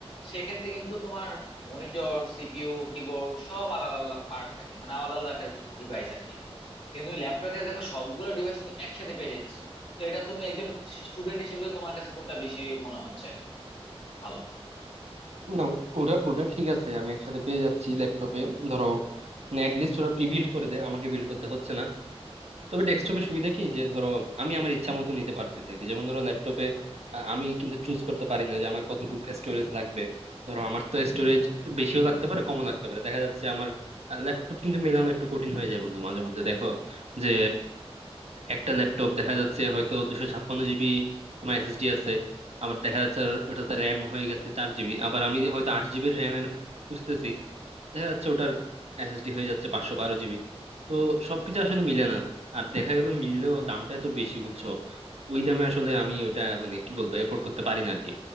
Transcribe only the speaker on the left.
সেক্ষেত্রে কিন্তু তোমার মনিটর সিপিইউ কিবোর্ড সব আলাদা আলাদা পার্ট থাকে মানে আলাদা আলাদা একটা ডিভাইস আর কি কিন্তু তুমি ল্যাপটপে ক্ষেত্রে দেখো সবগুলো ডিভাইস তুমি একসাথে পেয়ে যাইতেছো তো এটা তুমি একজন স্টুডেন্ট হিসেবে তো তোমার কাছে কোনটা বেশি মনে হচ্ছে ভালো